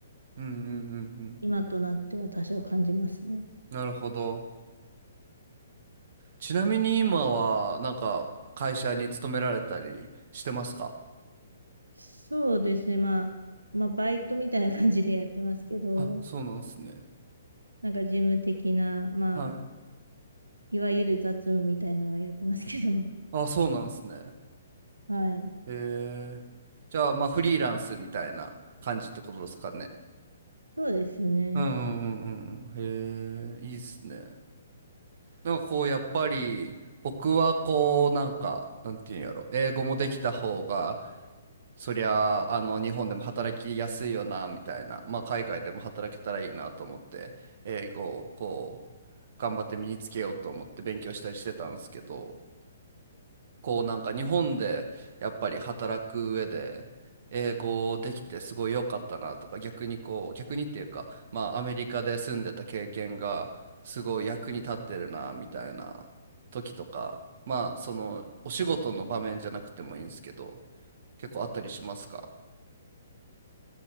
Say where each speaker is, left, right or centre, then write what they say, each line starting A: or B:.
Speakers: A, on the right; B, on the right.
A: うんうんうんうん
B: 今となっては多少感じますね。
A: なるほどちなみに今はなんか会社に勤められたりしてますか
B: そうですね、まあ、まあ、バイトみたいな感じでやってますけど、
A: あそうなんですね
B: なんか事務的な、まあ、
A: はい
B: いわゆる雑務みたいなのはやってますけど、
A: あそうなんですね
B: はい。
A: へえじゃあまあフリーランスみたいな感じってことですかね
B: そうですね。
A: うんうんうんうんうん。へえ、いいっすね。なんかこう、やっぱり、僕はこう、なんか、なんていうんやろ、英語もできた方が、そりゃあ、あの、日本でも働きやすいよな、みたいな、まあ、海外でも働けたらいいなと思って、英語をこう、頑張って身につけようと思って勉強したりしてたんですけど、こうなんか日本でやっぱり働く上で英語できてすごい良かったなとか逆にこう逆にっていうかまあアメリカで住んでた経験がすごい役に立ってるなみたいな時とかまあそのお仕事の場面じゃなくてもいいんですけど結構あったりしますか